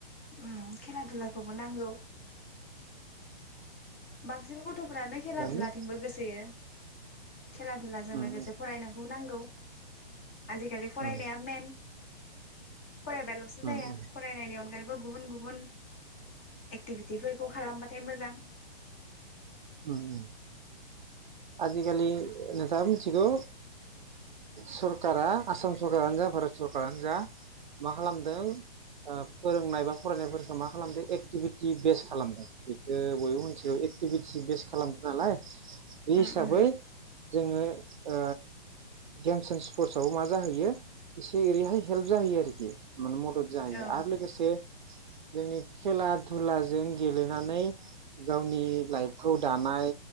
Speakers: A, on the left; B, on the right.
A: उम खेला दुलाखौबो नांगौ। बांसिन गुन गथ'फ्रानो खेला
B: थिगानो
A: दुलाथिंबो गोसोयो। खेला दुलाजों
B: उम
A: लोगोसे फरायनायखौबो नांगौ। आजिखालि फरायनाया
B: उम
A: मेन फरायबाल'सो जाया
B: उम
A: फरायनायनि अनगायैब गुबुन गुबुन एक्टिभिटिफोरखौ खालामबाथाय मोजां।
B: उम उम आजिखालि नोंथाङा मिथिगौ सरकारा आसाम सरकारानो जा भारत सरकारानो जा मा खालामदों फोरोंनाय बा फरायनायफोरखौ मा खालामदों एक्टिभिटि बेस खालामदों बेखौ बयबो मिथिगौ एक्टिभिटि बेस खालामदों नालाय? बे हिसाबै
A: उम उम
B: जोङो ओ गेम्स एन्ड स्पर्टसवबो मा जाहैयो इसे ओरैहाय हेल्प जाहैयो आरो माने मदद जायो
A: औ
B: आरो लोगोसे जोंनि खेला धुलाजों गेलेनानै गावनि लाइफ खौ दानाय